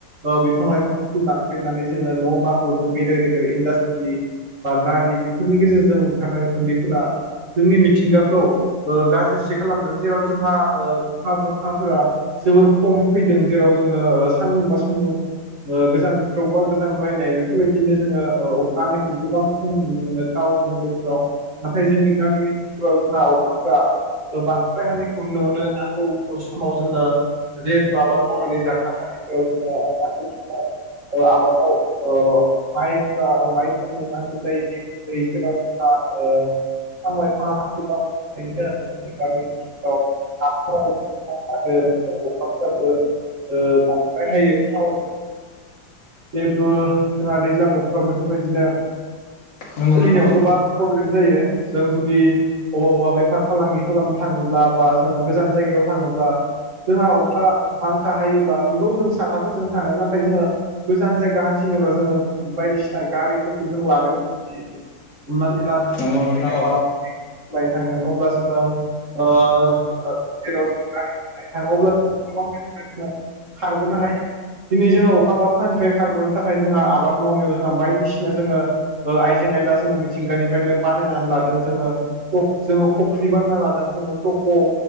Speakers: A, on the right; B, on the left.
A: ओ बिफां लाइफां दानफायनानै जोङो न' बां लुदों गेदेर गेदेर इन्डास्ट्रि बा गारि बेफोरनि गेजेरजों ओंखारनाय उखुन्दैफोरा जोंनि मिथिंगाखौ ओ गाज्रिसो खालामदों जेराव जोंहा ओ अखा बथाफोरा जोबोर खम फैदों जेराव जोङो ओ सान्दुं बा सान्दुं ओ गोजां बोथोराव बा गोजां द्रायनाय बेफोरबायदिनो जोङो ओ अखा हानायखौ गोबां खम नुनो मोनो थाउ थाउन नोगोरफोराव नाथाय जोंनि गामि ओनसोलफोराव जोंहा अखाफ्रा ओ बांद्राय हानायखौ नुनो मोनो नांगौ समाव जोङोे लेट आबाद मावनानै जाग्रा हारिफोर ओ <inaudible> आबादाव ओ माइफ्रा माइफोरनो नांगौ जायो जे दैज्लां आव अखा ओ बिफां लाइफांआ गोबां थानायनि थाखाय जोंनि गामि ओनसोलफ्राव <inaudible> आरो अखाफ्राबो ओ बांद्रायहायो टाउन <inaudible> जिहेथु जोंहा दैज्लां बोथोराव बेफोरबायदिनो
B: नंगौ
A: सोलिनायाव
B: नोंथां औ
A: गोबां प्रब्लेम जायो जों जुदि अबा अबा बेफार फालांगि खालामनो थाङोब्ला बा जोङो गोजान जायगायाव थाङो ब्ला जोंहा अख खा बांखा हायोब्ला नोंगौ जों साथाफोरजों थाङो नाथाय जोङो गोजान जायगा हान्थिनोबा जोङो बायदि सिना गारिफोरखौ जों लानो गोनां जायो हमनानै। <inaudible> थांगोन
B: नंगौ नोंथां औ
A: अब्ला जोङो ओ जेराव जों गारि <inaudible> अब्ला गोबां <inaudible> खारग'नो हायो दिनै जोङो अखा बांखानिफ्राय खारग'नो थाखाय जोंहा आबाद मावनायाव जोंहा बायदिसिना जोङो ओ आइजें आयला जोङो मिथिंगानिफ्रायनो बानायनानै लादों जोङो खफ जोङो खफ्रि बानायना लादों जोङो थप ख